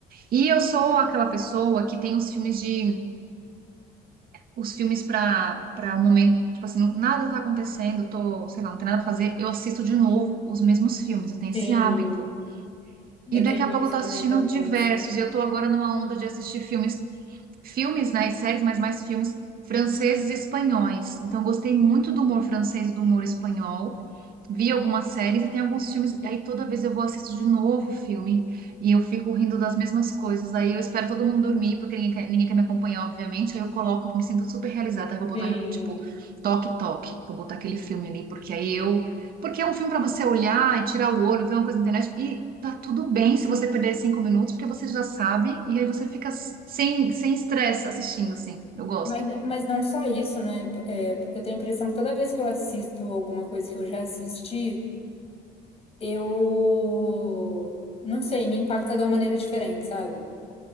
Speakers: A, on the right (about 60°); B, on the left (about 35°).
A: E eu sou aquela pessoa que tem os filmes de, os filmes para para um momento, tipo assim, não- nada tá acontecendo, tô, sei lá, não tem nada pra fazer, eu assisto de novo os mesmos filmes, eu tenho
B: Sim.
A: esse hábito.
B: Eu
A: E daqui
B: tenho
A: a
B: isso
A: pouco eu tô
B: também
A: assistindo
B: com alguns.
A: diversos. Eu tô agora numa onda de assistir filmes, filmes, né, e séries, mas mais filmes franceses e espanhóis. Então, eu gostei muito do humor francês, e do humor espanhol vi algumas séries e tem alguns filmes, e aí toda vez eu vou assistir de novo o filme e eu fico rindo das mesmas coisas. Aí eu espero todo mundo dormir, porque ninguém quer, ninguém quer me acompanhar, obviamente. Aí eu coloco, me sinto super realizada. Aí vou botar,
B: Sim.
A: tipo, toque, toque, vou botar aquele filme ali, porque aí eu. Porque é um filme pra você olhar e tirar o olho, ver uma coisa na internet e. Tá tudo bem se você perder cinco minutos, porque você já sabe, e aí você fica sem sem estresse assistindo, assim. Eu gosto.
B: Mas, mas não só isso, né? É, eu tenho a impressão que toda vez que eu assisto alguma coisa que eu já assisti, eu não sei, me impacta de uma maneira diferente, sabe?